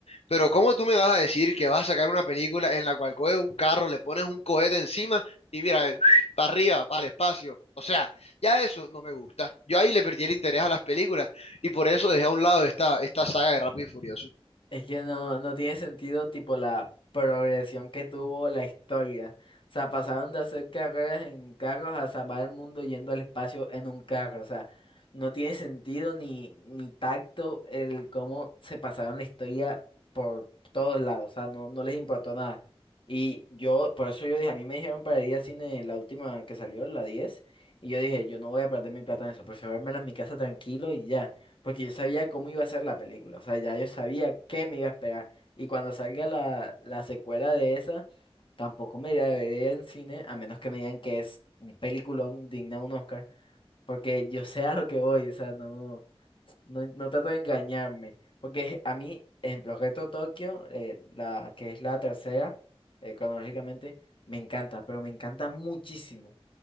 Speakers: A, on the left; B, on the left.
A: pero ¿cómo tú me vas a decir que vas a sacar una película en la cual coges un carro, le pones un cohete encima y mira, <smacks lips> para arriba, para el espacio? O sea, ya eso no me gusta. Yo ahí le perdí el interés a las películas y por eso dejé a un lado esta, esta saga de Rápido y Furioso.
B: Es que no, no tiene sentido tipo la progresión que tuvo la historia. O sea, pasaron de hacer carreras en carros a salvar el mundo yendo al espacio en un carro, o sea, no tiene sentido ni, ni tacto el cómo se pasaron la historia todos lados, o sea, no, no les importó nada. Y yo, por eso yo dije, a mí me dijeron para ir al cine la última que salió, la 10 y yo dije, yo no voy a perder mi plata en eso, prefiero verme en mi casa tranquilo y ya, porque yo sabía cómo iba a ser la película, o sea, ya yo sabía qué me iba a esperar. Y cuando salga la, la secuela de esa, tampoco me iré a ver en cine, a menos que me digan que es un peliculón digna de un Oscar. Porque yo sé a lo que voy, o sea, no, no, no trato de engañarme. Porque a mí, en Proyecto Tokio, eh, la, que es la tercera, eh, cronológicamente, me encanta, pero me encanta muchísimo.